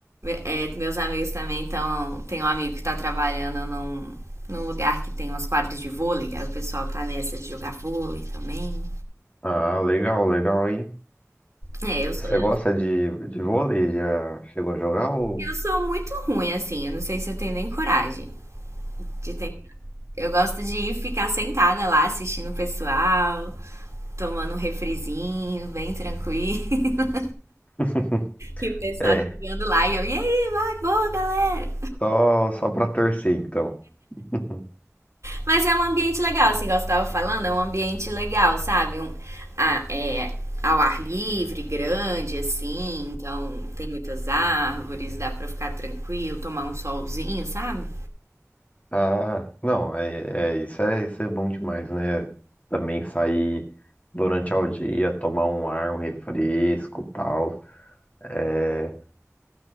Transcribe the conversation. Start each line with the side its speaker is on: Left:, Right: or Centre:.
Right: é, meus amigos também então Tem um amigo que tá trabalhando num, num lugar que tem umas quadras de vôlei. Aí o pessoal tá nessa de jogar vôlei também.
Left: Ah, legal, legal, hein?
Right: É, eu
Left: Você
Right: sou, eu,
Left: gosta de, de vôlei? Já chegou a jogar ou...
Right: eu sou muito ruim, assim. Eu não sei se eu tenho nem coragem de ter. Eu gosto de ir ficar sentada lá assistindo o pessoal. Tomando um refrizinho, bem tranquilo. <laughs>
Left: <laughs>
Right: E o pessoal jogando
Left: É,
Right: lá. E eu, e aí, vai, boa, galera.
Left: só, só pra torcer, então. <laughs>
Right: Mas é um ambiente legal, assim, igual você tava falando, é um ambiente legal, sabe? Um, a- é, ao ar livre, grande, assim, então tem muitas árvores, dá pra ficar tranquilo, tomar um solzinho, sabe?
Left: Ah, não, é, é- isso é, isso é bom demais, né? Também sair durante o dia, tomar um ar, um refresco, tal. É,